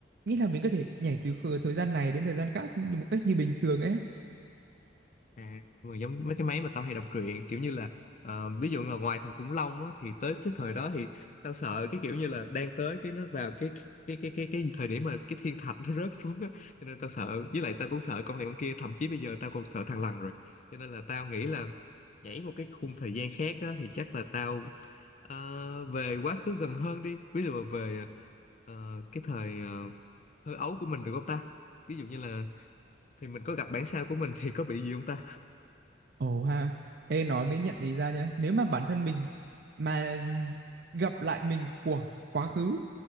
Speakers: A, on the right; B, on the left.
A: Nghĩ là mình có thể nhảy từ khờ- thời gian này đến thời gian khác như một cách như bình thường ấy.
B: À, mà giống mấy cái máy mà tao hay đọc truyện kiểu như là ờ, ví dụ là ngoài thời khủng long á, thì tới cái thời đó thì tao sợ cái kiểu như là đang tới cái nó vào cái cái cái cái cái thời điểm mà cái thiên thạch nó rớt xuống á cho nên tao sợ với lại tao cũng sợ con này con kia thậm chí bây giờ tao còn sợ thằng lằn rồi cho nên là tao nghĩ là nhảy một cái khung thời gian khác á, thì chắc là tao ờ, về quá khứ gần hơn đi ví dụ là về ờ, cái thời ờ, thơ ấu của mình được không ta ví dụ như là thì mình có gặp bản sao của mình thì có bị gì không ta
A: Ồ ha, ê nói mới nhận ý ra nhá. Nếu mà bản thân mình mà gặp lại mình của quá khứ,